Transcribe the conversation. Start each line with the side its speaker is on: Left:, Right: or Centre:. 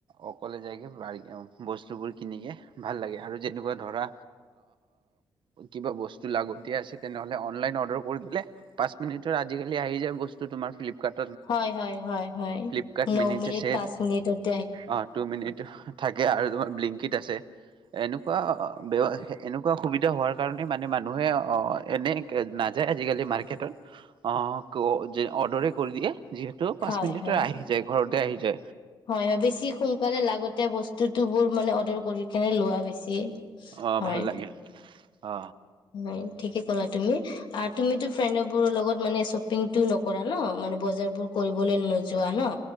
Right: অকলে যায়গে <unintelligible> বস্তুবোৰ কিনিকে ভাল‌ লাগে, আৰু যেনেকোৱা ধৰা, কিবা বস্তু লাগতিয়াল আছিল তেনেহলে অনলাইন অৰ্ডাৰ কৰি দিলে পাঁচ মিনিটত আজিকালি আহি যায় তোমাৰ ফ্লিপকাৰ্টত।
Left: হয় হয় হয় হয়
Right: ফ্লিপকাৰ্ট
Left: ন মিনিট
Right: আছে
Left: পাঁচ মিনিটত
Right: অ টু মিনিট থাকে আৰু তোমাৰ বিলিংকিত আছে এনেকুৱা এনেকুৱা সুবিধা হোৱাৰ কাৰণে মানে মানুহে এনে নাযায় আজিকালি মাৰ্কেটত অ অৰ্ডৰে কৰি দিয়ে যিহেতু পাঁচ
Left: হয়
Right: মিনিটত
Left: হয়
Right: আহি যায় ঘৰতে আহি যে
Left: হয় হয় বেছি সোনকালে লাগতে বস্তুতো বোৰ মানে অৰ্ডাৰ কৰি সেইকাৰণনে লোৱা বেছি
Right: আহ
Left: হয়
Right: ভাল লাগে অ
Left: হয় ঠিকে ক'লা তুমি তুমিো ফ্ৰেণ্ড বোৰৰ লগত মানে শ্বপিংটো নকৰা ন মানে বজাৰ বোৰ কৰিবলে নোযোৱা ন